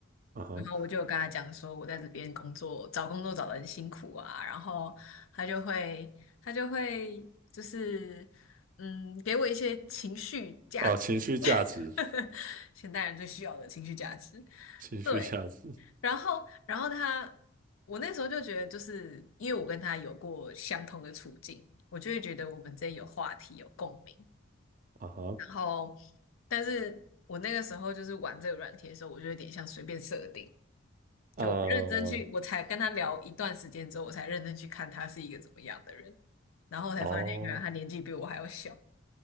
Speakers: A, on the right; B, on the left.
A: 嗯哼，
B: 然后我就有跟他讲说，我在这边工作，找工作找得很辛苦啊。然后他就会，他就会就是，嗯，给我一些情绪价值，
A: 哦，情绪价值，
B: <laughs> 现代人最需要的情绪价值。
A: 情绪价值，
B: 对，然后，然后他，我那时候就觉得，就是因为我跟他有过相同的处境，我就会觉得我们之间有话题、有共鸣。
A: 嗯哼，
B: 然后，但是我那个时候就是玩这个软体的时候，我就有点像随便设定，
A: 呃，
B: 就我认真去，
A: 哦，
B: 我才跟他聊一段时间之后，我才认真去看他是一个怎么样的人，然后我才发现原来他年纪比我还要小。
A: 哦